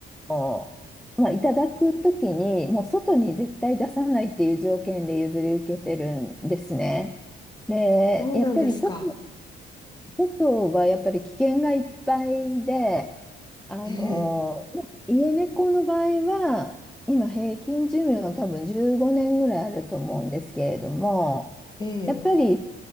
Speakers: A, in the centre; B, on the left.
A: の、まあ、いただくときに、もう外に絶対出さないっていう条件で譲り受けてるんですね。で、
B: そうなんですか。
A: やっぱり外、外はやっぱり危険がいっぱいで、あの、
B: ええ、
A: ま家猫の場合は、今平均寿命は多分15年ぐらいあると思うんですけれども、
B: ええ。
A: やっぱり